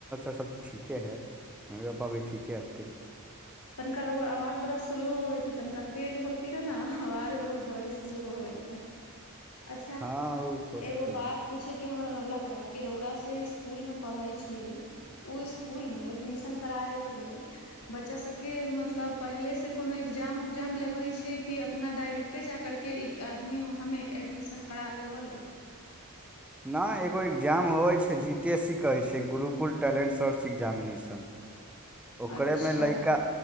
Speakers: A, in the centre; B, on the left.
A: सब ठीक के है मइ बाप अभै ठीके हतै
B: तनिका र ओकर आवाज बड़ा स्लो अबैत हइ तनिका तेज बोलती रहै ने आवाज र ओ बड़ी स्लो अबैत है अच्छा
A: हँ ओ हो
B: एगो
A: सकलै
B: बात पूछयके हमरा कहलक रह किरौड़ासँ इसकुलमे पढ़ै छियै ओ इसकुलमे एडमिशन कराबैके लेल बच्चा सबके मतलब पहिलेसँ कोनो एग्जाम उग्जाम लेबै छै कि अपना डाायरेक्टे जा कररके आदमीमे एडमिशन करा लेबलै
A: नहि एगो एग्जाम होइ छै जी टी एस सी कहै छै गुरुकुल टैलेंट सर्च एग्जामिनेशन ओकरे
B: अच्छा
A: मे लैका